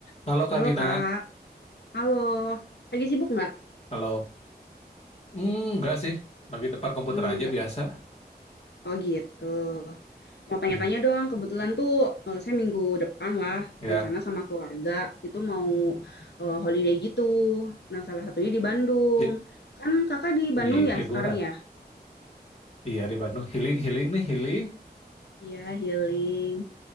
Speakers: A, on the left; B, on the left.
A: Halo Kak
B: Halo
A: Gina,
B: Kak, halo. Lagi sibuk nggak?
A: halo. Hmm, enggak sih, lagi depan komputer
B: Hmm,
A: aja
B: Nggak.
A: biasa.
B: Oh gitu. Mau tanya-tanya
A: Ya,
B: dong, kebetulan tuh eh, saya minggu depan lah
A: ya.
B: rencana sama keluarga itu mau eh, holiday gitu. Nah salah satunya di Bandung.
A: Li-
B: Kan kakak di
A: Ih,
B: Bandung ya
A: liburan.
B: sekarang ya?
A: Iya di Bandung healing healing nih healing.
B: Iya healing.